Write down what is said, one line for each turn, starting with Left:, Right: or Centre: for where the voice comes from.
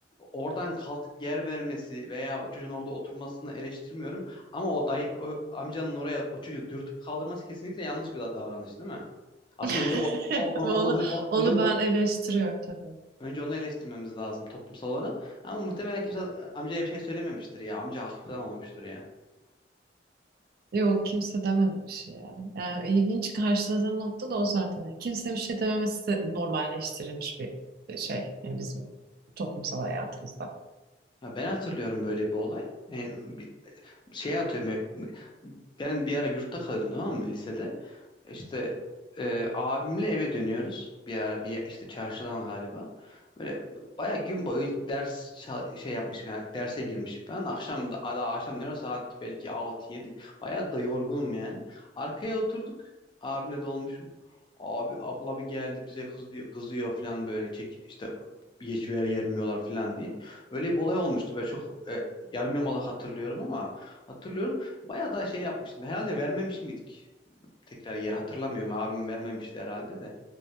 Left: oradan kalkıp yer vermesi veya o çocuğun orada oturmasını eleştirmiyorum ama o dayı o amcanın oraya o çocuğu dürtüp kaldırması kesinlikle yanlış bir da- davranış değil mi? Aslında
Right: <laughs>
Left: önce o, o- o-
Right: Onu,
Left: onu- o-
Right: onu
Left: önce onu
Right: ben eleştiriyorum tabii.
Left: önce onu eleştirmemiz lazım toplumsal olarak. Ama muhtemelen kimse e, amcaya bir şey söylememiştir ya. Amca haklı falan olmuştur ya.
Right: Yok kimse demedi bir şey ya. Yani ilginç karşıladığım nokta da o zaten. Yani kimsenin bir şey dememesi de normalleştirilmiş bir bir şey. Yani bizim toplumsal hayatımızda.
Left: Ya ben hatırlıyorum böyle bir olay. Ee, bir şey atıyorum. e, Ben bir ara yurtta kalıyordum tamam mı lisede. İşte e, abimle eve dönüyoruz bir ara bir işte çarşıdan galiba. Böyle bayağı gün boyu ders çal- şey yapmışım yani derse girmişim falan. Akşam da daha akşam ne saat belki altı yedi Bayağı da yorgunum yani. Arkaya oturduk. Abimle dolmuşum. Abi abla bir geldi bize kızıyor, kızıyor falan böyle çek işte geç ver yermiyorlar falan diye. Öyle bir olay olmuştu. Böyle çok e, yarım yamalak hatırlıyorum ama hatırlıyorum. Bayağı da şey yapmıştım. Herhalde vermemiş miydik? tekrar yeri hatırlamıyorum. Abim vermemişti herhalde de.